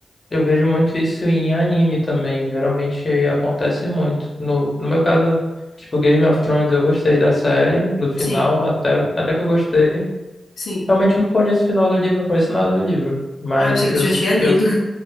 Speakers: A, on the left; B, on the left.
A: Eu vejo muito isso em anime também. Geralmente acontece muito. No, no meu caso, tipo Game of Thrones, eu gostei da série, do final,
B: sim,
A: até, até que eu gostei.
B: sim.
A: Realmente não conheço o final do livro, não conheço nada do livro. Mas
B: Ah, eu pensei
A: eu,
B: que tu já
A: s-
B: tinha lido.
A: eu, s-